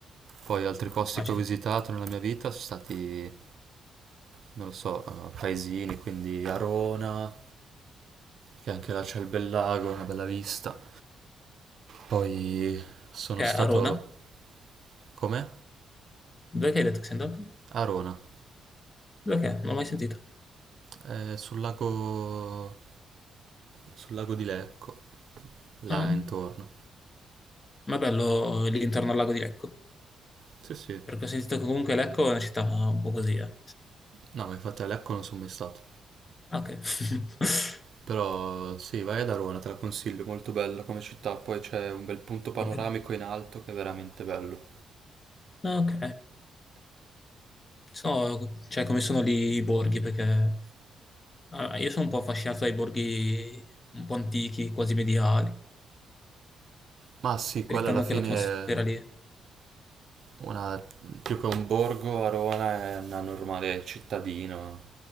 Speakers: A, on the right; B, on the left.
A: Poi altri posti
B: Immagino.
A: che ho visitato nella mia vita sono stati, non lo so, eh, paesini, quindi Arona, che anche là c'è il bel lago, una bella vista. Poi sono
B: Che
A: stato...
B: è? Arona?
A: Com'è?
B: Dove che hai detto che sei andato?
A: Arona.
B: Dove che è? Non l'ho mai sentito.
A: Eh, sul lago... sul lago di Lecco, là
B: Ah,
A: intorno.
B: ma è bello lì intorno al lago di Lecco,
A: Sì, sì.
B: perché ho sentito che comunque Lecco è una città un po' così, eh.
A: No, ma infatti a Lecco non sono mai stato.
B: Ah, Ok. <laughs>
A: Però sì, vai ad Arona, te la consiglio, è molto bella come città. Poi c'è un bel punto panoramico
B: Va bene.
A: in alto che è veramente bello.
B: Ah, Ok. So, cioè, come sono lì i borghi, perché allora, io sono un po' affascinato dai borghi un po' antichi, quasi medievali,
A: Ma sì,
B: perché
A: quella alla
B: hanno
A: fine
B: quell'atmosfera
A: è
B: lì.
A: una... più che un borgo, Arona è una normale cittadina,